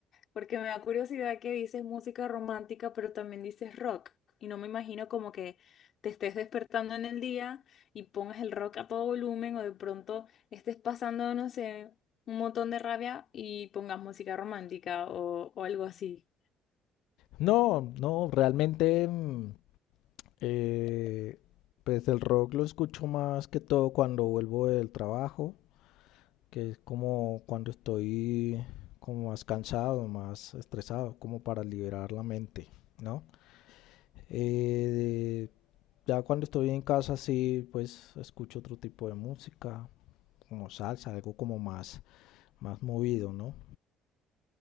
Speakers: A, on the left; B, on the left.
A: Porque me da curiosidad que dices música romántica, pero también dices rock. Y no me imagino como que te estés despertando en el día y pongas el rock a todo volumen o de pronto estés pasando, no sé, un montón de rabia y pongas música romántica o, o algo así.
B: No, no, realmente... mm, Eh, pues el rock lo escucho más que todo cuando vuelvo del trabajo, que es como cuando estoy como más cansado, más estresado, como para liberar la mente, ¿no? Eh, ya cuando estoy en casa sí, pues escucho otro tipo de música, como salsa, algo como más, más movido, ¿no?